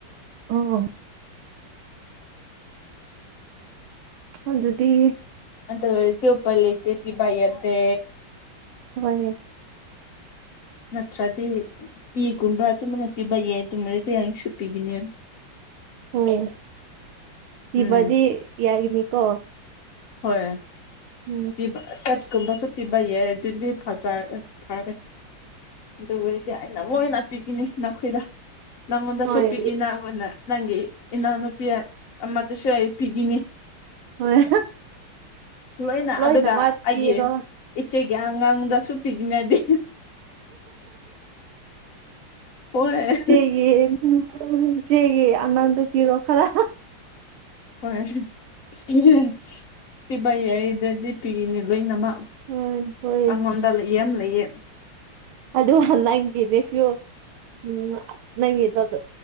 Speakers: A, on the right; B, on the left.
A: ꯎꯝ ꯑꯥꯗꯨꯗꯤ
B: ꯑꯗꯨ ꯑꯣꯏꯔꯥꯗꯤ ꯎꯄꯥꯏ ꯂꯩꯇꯦ ꯄꯤꯕꯥ ꯌꯥꯗꯦ
A: ꯍꯣꯏꯍꯦ
B: ꯅꯠꯇ꯭ꯔꯥꯗꯤ ꯏ ꯒꯨꯝꯕ ꯑꯗꯨꯝꯍꯥꯏꯅꯥ ꯄꯤꯕ ꯌꯥꯏ ꯑꯗꯨꯃꯥꯗꯤ ꯑꯩꯁꯨ ꯄꯤꯒꯅꯤ
A: ꯍꯣꯏ ꯄꯤꯕꯗꯤ
B: ꯎꯝ
A: ꯌꯥꯒꯤꯅꯤꯀꯣ
B: ꯍꯣꯏ
A: ꯎꯝ
B: ꯄꯤꯕꯥ ꯁꯦꯛ ꯀꯨꯨꯝꯕꯥꯁꯨ ꯄꯤꯕꯥꯌꯥꯏ ꯑꯗꯨꯗꯤ ꯐꯖꯥ ꯐꯔꯦ ꯑꯗꯨ ꯑꯣꯏꯔꯥꯗꯤ ꯑꯩꯅꯥ ꯑꯃꯨꯛ ꯍꯦꯟꯅꯥ ꯄꯤꯕꯤꯅꯤ ꯅꯥꯈꯣꯏꯗꯥ ꯅꯪꯉꯣꯟꯗꯥꯁꯨ
A: ꯍꯣꯏ
B: ꯄꯤꯒꯤꯅꯥ ꯅꯪꯒꯤ ꯏꯅꯥꯎꯅꯨꯄꯤ ꯑꯃꯥꯗꯁꯨ ꯑꯩ ꯄꯤꯒꯤꯅꯤ
A: ꯍꯣꯏ
B: ꯂꯣꯏꯅ
A: ꯂꯣꯏꯅꯥꯃꯛ
B: ꯑꯗꯨꯒ ꯑꯩꯒꯤ
A: ꯄꯤꯔꯣ
B: ꯏꯆꯦꯒꯤ ꯑꯉꯥꯡꯗꯥꯁꯨꯨ ꯄꯤꯒꯅꯤ ꯑꯩꯗꯤ ꯍꯣꯏ
A: ꯏꯆꯦꯒꯤ ꯏꯆꯦꯒꯤ ꯑꯉꯥꯡꯗꯥ ꯄꯤꯔꯣ ꯈꯔꯥ
B: ꯍꯣꯏ <unintelligible> ꯄꯤꯕ ꯌꯥꯏꯔꯗꯗꯤ ꯄꯤꯒꯅꯤ ꯂꯣꯏꯅꯃꯛ
A: ꯍꯣꯏ ꯍꯣꯏ
B: ꯑꯩꯉꯣꯟꯗ ꯂꯩꯌꯦ ꯌꯥꯝ ꯂꯩꯌꯦ
A: ꯑꯗꯨ ꯍꯜ ꯅꯪꯒꯤꯗꯁꯨ ꯎꯝ ꯅꯪꯒꯤ ꯗ ꯗ